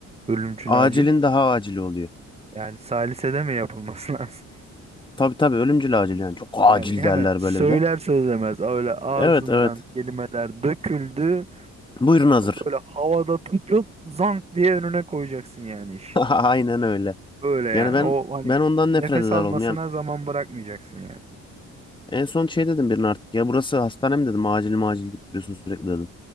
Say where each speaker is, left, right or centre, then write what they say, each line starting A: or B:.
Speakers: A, on the right (about 20°); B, on the left (about 15°).
A: Ölümcül
B: Acilin
A: acil.
B: daha acili oluyor.
A: Yani salisede mi yapılması <laughs> lazım?
B: Tabii tabii ölümcül acil yani çok acil
A: Yani hemen
B: derler
A: söyler
B: böyle bir de.
A: söylemez öyle ağzından
B: Evet evet.
A: kelimeler döküldü.
B: Buyurun hazır.
A: Böyle havada tutup zank diye önüne koyacaksın yani iş.
B: <laughs> Aynen öyle.
A: Öyle
B: Yani
A: yani.
B: ben
A: O hani
B: ben ondan
A: nefes
B: nefret eder
A: almasına
B: oldum. Yani
A: zaman bırakmayacaksın yani.
B: en son şey dedim birine artık ya burası hastane mi dedim acil macil deyip duruyorsun sürekli dedim.